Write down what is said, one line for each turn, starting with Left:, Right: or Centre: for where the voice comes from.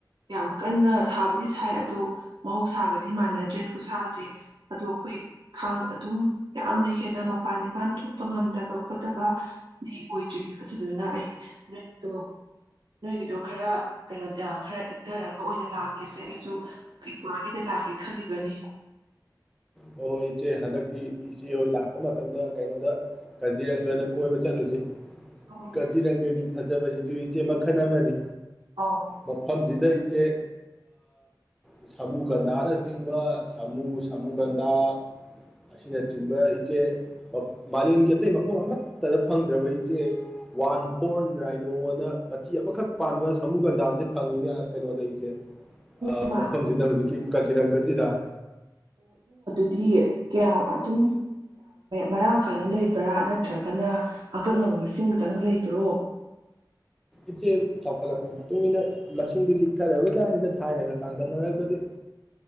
Right: ꯌꯥꯝ ꯀꯟꯅ ꯁꯥꯕꯒꯤ ꯁꯥꯏ ꯑꯗꯣ ꯃꯍꯧꯁꯥꯒꯗꯤ ꯃꯥꯟꯅꯗ꯭ꯔꯦ ꯈꯨꯁꯥꯁꯦ ꯑꯗꯣ ꯑꯩꯈꯣꯏ ꯈꯥꯡ ꯑꯗꯨꯝ ꯌꯥꯝꯅ ꯍꯦꯟꯅ ꯃꯄꯥꯟ ꯏꯝꯄꯥꯟ ꯊꯣꯛꯄ ꯉꯝꯗꯕ ꯈꯣꯠꯇꯕ ꯗꯤ ꯑꯣꯏꯗ꯭ꯔꯤ ꯑꯗꯨꯗꯨꯅ ꯑꯩ ꯅꯨꯔꯤꯛꯇꯣ ꯅꯣꯏꯒꯤꯗꯣ ꯈꯔ ꯀꯩꯅꯣ ꯈꯔ ꯏꯪꯊꯔꯒ ꯑꯣꯏꯅ ꯂꯥꯛꯀꯦꯁꯦ ꯑꯩꯁꯨ ꯏꯀ꯭ꯋꯥꯒꯤꯗ ꯂꯥꯛꯀꯦ ꯈꯜꯂꯤꯕꯅꯤ
Centre: ꯍ ꯍꯣꯏ ꯏꯆꯦ ꯍꯟꯗꯛꯇꯤ ꯏꯆꯦ ꯍꯣꯏ ꯂꯥꯛꯄ ꯃꯇꯝꯗ ꯀꯩꯅꯣꯗ ꯀꯥꯖꯤꯔꯪꯒꯗ ꯀꯣꯏꯕ ꯆꯠꯂꯨꯁꯦ
Right: ꯑꯣ
Centre: ꯀꯥꯖꯤꯔꯪꯒꯒꯤ ꯐꯖꯕ ꯁꯤꯁꯨꯨ ꯏꯆꯦꯃꯛ ꯈꯟ ꯑꯃꯅꯤ
Right: ꯑꯧ
Centre: ꯃꯐꯝ ꯁꯤꯗꯏꯆꯦ ꯁꯥꯃꯨ ꯒꯟꯙꯅ ꯆꯤꯡꯕ ꯁꯥꯃꯨ ꯁꯥꯃꯨ ꯒꯟꯗꯥ ꯑꯁꯤꯅꯆꯤꯡꯕ ꯏꯆꯦ ꯃꯥꯂꯦꯝꯒꯤ ꯑꯇꯩ ꯃꯐꯝ ꯑꯃꯠꯇꯗ ꯐꯪꯗ꯭ꯔꯕ ꯏꯆꯦ ꯋꯥꯟ ꯐꯣꯔ ꯔꯥꯏꯅꯣꯅ ꯃꯆꯤ ꯑꯃꯈꯛ ꯄꯥꯟꯕ ꯁꯃꯨꯒꯟꯗꯥꯁꯦ ꯐꯪꯉꯤꯅꯦ ꯀꯩꯅꯣꯗ ꯏꯆꯦ
Right: ꯏꯃꯥ
Centre: ꯃꯐꯝꯁꯤꯗ ꯍꯧꯖꯤꯛꯀꯤ ꯀꯖꯤꯔꯪꯒꯁꯤꯗ
Right: ꯗꯤ ꯀꯌꯥ ꯑꯗꯨꯝ ꯃꯔꯥꯡ ꯀꯥꯏꯅ ꯂꯩꯕ꯭ꯔꯥ ꯅꯠꯇ꯭ꯔꯒꯅ ꯑꯀꯛꯅꯕ ꯃꯁꯤꯡ ꯈꯤ ꯇꯪ ꯂꯩꯕ꯭ꯔꯣ
Centre: ꯏꯆꯦ ꯆꯥꯎꯈꯠꯂꯛꯄꯩ ꯃꯇꯨꯝ ꯏꯟꯅ ꯁꯤꯡꯗꯤ ꯂꯤꯛꯊꯔꯕ ꯖꯥꯠꯅꯤꯗ ꯊꯥꯏꯅꯒ ꯆꯥꯡꯗꯝꯅꯔꯕꯗꯤ